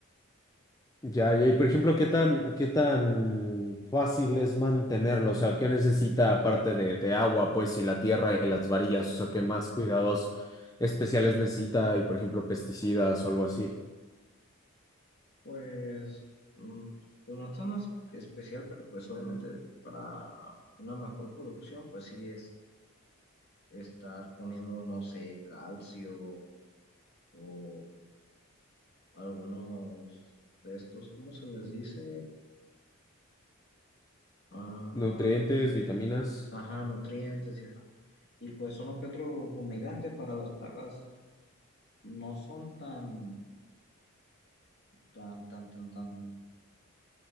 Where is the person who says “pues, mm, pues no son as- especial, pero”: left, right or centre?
Left